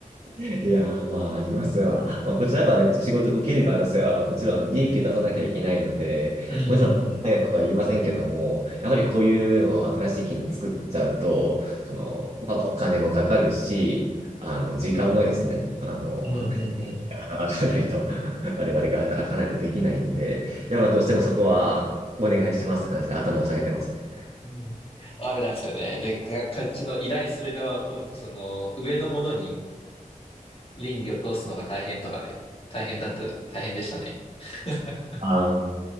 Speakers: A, on the right; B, on the left.
A: いやー、まあ、ありますわ。まあ、こちらやっぱ仕事受ける側としては、もちろんあの利益を出さなきゃいけないので、
B: うんうんうん。
A: もちろん、早いことは言いませんけども、やっぱりこういうのを新しい機能作っちゃうと、その、まあ、お金もかかるし、あの、時間もですね、あの、
B: うんうんうん。
A: <laughs> 働かないと、<laughs> 我々が働かないとできないんで、やっぱどうしてもそこはお願いしますって感じで頭を下げてますね。
B: うんあれなんですよね。で、か、こっちの依頼する側は今度その上のものに倫理を通すのが大変とかで、大変だった、大変でしたね。<laughs>
A: ああ。